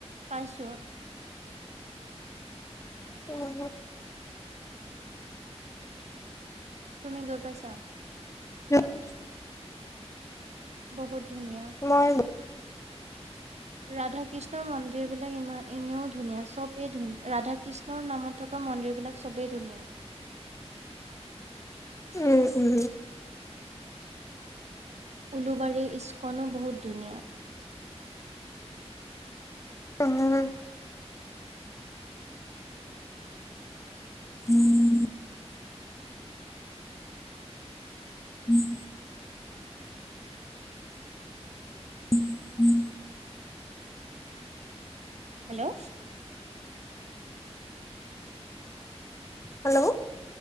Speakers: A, on the right; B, on the left.
A: পাইছোঁ।
B: উম
A: তুমি গৈ পাইছা
B: <unintelligible>
A: বহুত ধুনীয়া
B: মই
A: ৰাধাকৃষ্ণৰ মন্দিৰ এইবিলাক ইমান এনেও ধুনীয়া চব <unintelligible> ৰাধাকৃষ্ণৰ নামত থকা মন্দিৰবিলাক চবেই ধুনীয়া
B: উম উম
A: উলোবাৰীৰ স্কনো বহুত ধুনীয়া
B: উম <unintelligible> উম উম উম
A: হেল্ল'
B: হেল্ল'